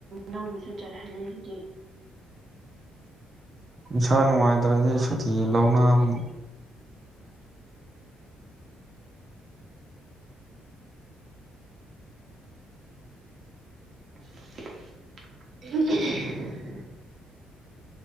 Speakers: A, on the right; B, on the right.
A: ꯅꯪꯕꯨꯁꯨ ꯆꯠꯍꯜꯂꯤꯗꯨꯗꯤ
B: ꯏꯁꯥ ꯅꯨꯡꯉꯥꯏꯇ꯭ꯔꯗꯤ ꯁꯨꯇꯤ ꯂꯧꯅꯕꯅꯤ
A: <unintelligible>